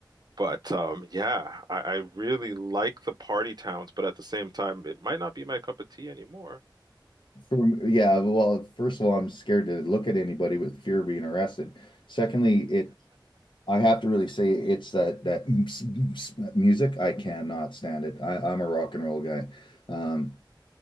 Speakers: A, on the right; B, on the left.
A: But um, yeah, I, I really like the party towns, but at the same time, it might not be my cup of tea anymore.
B: for yeah. Well, first of all, I'm scared to look at anybody with fear of being arrested. Secondly, it I have to really say it's that that <tsk> music. I cannot stand it. I, I'm a rock and roll guy. Um,